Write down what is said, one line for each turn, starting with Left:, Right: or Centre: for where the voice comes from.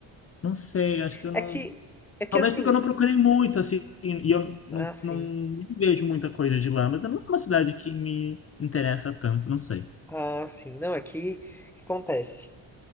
Left: Não sei, acho que eu não.
Centre: É que, é que
Left: Talvez
Centre: assim,
Left: porque eu não procurei muito, assim, e eu não,
Centre: ah, sim,
Left: não nem vejo muita coisa de lá, mas não é uma cidade que me interessa tanto, não sei.
Centre: ah, sim, não, é que, o que acontece?